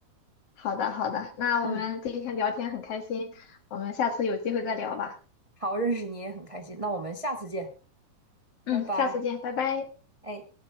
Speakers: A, on the left (about 55°); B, on the right (about 50°).
A: 好的，好的，那我们今天聊天很开心，
B: 嗯，
A: 我们下次有机会再聊吧。
B: 好，认识你也很开心，那我们下次见，
A: 嗯，
B: 拜拜。
A: 下次见，拜拜。
B: 哎。